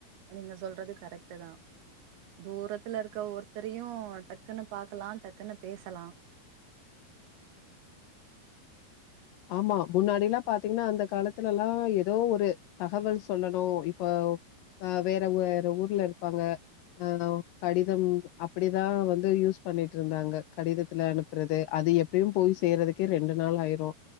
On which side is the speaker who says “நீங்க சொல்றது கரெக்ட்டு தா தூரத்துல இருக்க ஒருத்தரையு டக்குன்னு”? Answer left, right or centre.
Right